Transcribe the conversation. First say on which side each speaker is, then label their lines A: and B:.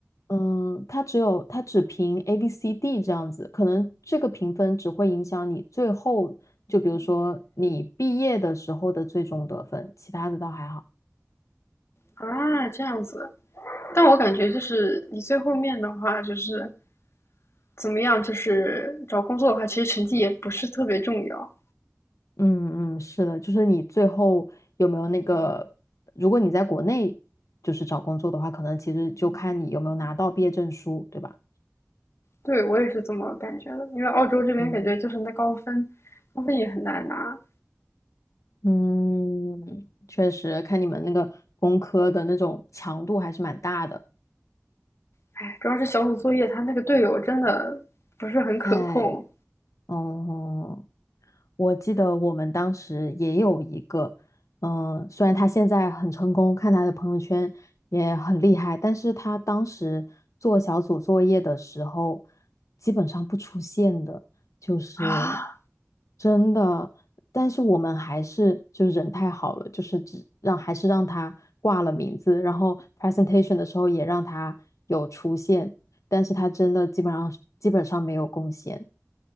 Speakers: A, on the left (about 75°); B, on the left (about 55°).
A: 嗯、它只有它只评 A、B、C、D 这样子，可能这个评分只会影响你最后，就比如说你毕业的时候的最终得分，其他的倒还好。
B: 啊，这样子，但我感觉就是你最后面的话就是。怎么样？就是找工作的话，其实成绩也不是特别重要。
A: 嗯嗯，是的，就是你最后有没有那个，如果你在国内就是找工作的话，可能其实就看你有没有拿到毕业证书，对吧？
B: 对，我也是这么感觉的，因为澳洲这边感觉就是那高分，
A: 嗯，
B: 高分也很难拿。
A: 嗯，确实，看你们那个工科的那种强度还是蛮大的。
B: 哎，主要是小组作业，他那个队友真的不是很可控
A: 太，哦、我记得我们当时也有一个，嗯、虽然他现在很成功，看他的朋友圈也很厉害，但是他当时做小组作业的时候，基本上不出现的，就是
B: 啊！
A: 真的。但是我们还是就人太好了，就是只让还是让他挂了名字，然后 presentation 的时候也让他有出现，但是他真的基本上基本上没有贡献，